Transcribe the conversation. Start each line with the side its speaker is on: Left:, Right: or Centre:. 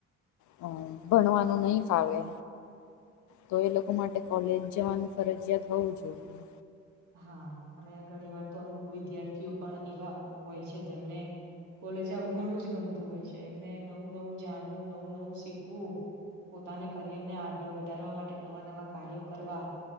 Left: હમ ભણવાનું નહી ફાવે તો એ લોકો માટે કોલેજ જવાનું ફરજિયાત હોવું જોઈએ.
Right: હા અને ઘણી વાર તો અમુક વિદ્યાર્થીઓ પણ એવા હોય છે જેમને કોલેજ આવું ઘણું જ ગમતું હોય છે એમને નવું નવું જાણવું નવું નવું શીખવું પોતાના કરિયર ને આગળ વધારવા માટે નવા નવા કાર્યો કરવા